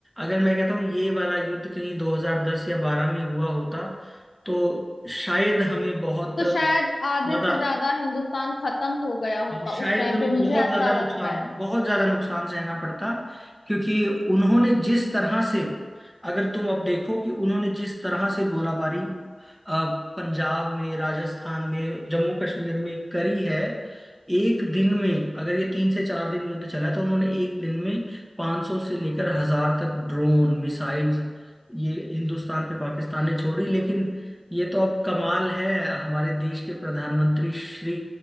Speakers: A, in the centre; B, on the left.
A: अगर मैं कहता हूँ ये वाला युद्ध कहीं 2010 या 12 में हुआ होता तो शायद हमें बहुत
B: तो शायद
A: ज्यादा
B: आधे से ज्यादा हिंदुस्तान खत्म हो गया होता
A: शायद
B: उस टाइम
A: हमें
B: पे
A: बहुत
B: मुझे ऐसा
A: ज्यादा
B: लगता
A: नुकसान
B: है
A: बहुत ज्यादा नुकसान सहना पड़ता क्योंकि उन्होंने जिस तरह से अगर तुम अब देखो कि उन्होंने जिस तरह से गोलाबारी अ, पंजाब में राजस्थान में जम्मू कश्मीर में करी है एक दिन में अगर ये तीन से चार दिन युद्ध चला तो उन्होंने एक दिन में 500 से लेकर हजार तक ड्रोन मिसाइल्स ये हिंदुस्तान पे पाकिस्तान ने छोड़ी लेकिन ये तो अब कमाल है हमारे देश के प्रधानमंत्री श्री